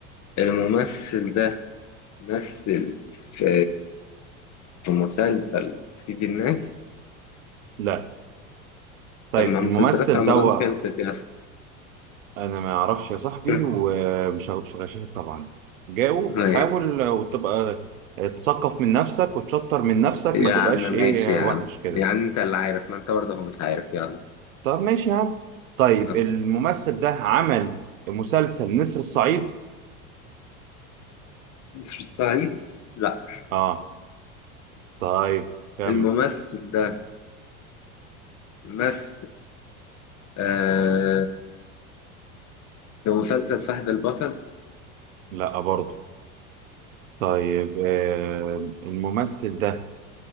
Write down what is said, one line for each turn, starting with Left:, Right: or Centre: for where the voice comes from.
Left: الممثل ده مثل في في مسلسل سيد الناس
Right: لا طيب
Left: طب ما مسلسلات
Right: الممثل
Left: رمضان
Right: ده هو-
Left: خلصت يا اسطى
Right: انا ما اعرفش يا صاحبي
Left: <laughs>
Right: ومش هغ- مش هغششك طبعا جاوب
Left: ماشي.
Right: حاول وتبقى تثقف من نفسك وتشطر من نفسك
Left: يا
Right: ما تبقاش
Left: عم ماشي
Right: ايه
Left: يا
Right: وحش
Left: عم
Right: كده
Left: يعني انت اللي عارف ما انت برضه هو مش عارف يعني
Right: طب ماشي يا عم طيب
Left: آه.
Right: الممثل ده عمل مسلسل نسر الصعيد
Left: مش في الصعيد لا
Right: اه طيب كمل
Left: الممثل ده مثل آه في مسلسل فهد البطل
Right: لا برضه طيب آه الممثل ده